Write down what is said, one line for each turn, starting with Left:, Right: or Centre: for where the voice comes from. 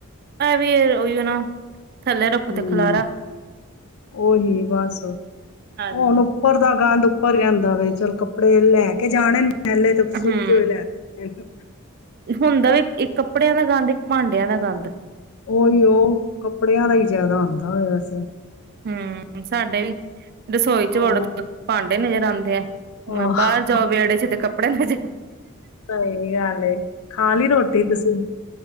Right: ਐ ਵੀ ਅ ਓਇਯੋ ਨਾ। ਥੱਲੇ ਰੱਖੋ
Left: ਹਮ,
Right: ਤੇ ਖਲਾਰਾ
Left: ਓਹੀ ਬਸ ਹੁੰਣ
Right: ਹਾਂਜੀ
Left: ਉੱਪਰ ਦਾ ਗੰਦ। ਭਰ ਜਾਂਦਾ ਵੇ। ਚਲ ਕੱਪੜੇ ਲੈ ਕੇ ਜਾਣੇਨ ਮੈਂਲੇ ਤੇ ਕੁ ਸੁਕੇ
Right: ਹੂੰ
Left: ਹੋਏ ਲੈ ਕੇ। ਇਹ।
Right: ਹੁੰਦਾ ਵੀ, ਇਹ ਕੱਪੜਿਆਂ ਦਾ ਗੰਦ ਈ। ਭਾਂਡਿਆਂ ਦਾ ਗੰਦ।
Left: ਓਹੀਓ, ਕੱਪੜਿਆਂ ਦਾ ਹੀ ਜ਼ਿਆਦਾ ਹੁੰਦਾ ਏ ਵੈਸੇ।
Right: ਹਮ, ਸਾਡੇ ਵੀ। ਰਸੋਈ ਚ ਵੜੋ
Left: ਉਹ
Right: ਤੇ ਭਾਂਡੇ ਨਜ਼ਰ ਜਾਂਦੇ ਐ।
Left: ਆਹ,
Right: ਮੈਂ ਬਾਹਰ ਜਾਓ ਵੇੜੇ ਚ ਤੇ ਕੱਪ ਕਪੜੇ ਨੂੰ ਜ
Left: ਸਹੀ ਗੱਲ ਏ, ਖਾ ਲੀ ਰੋਟੀ ਤੁਸੀਂ।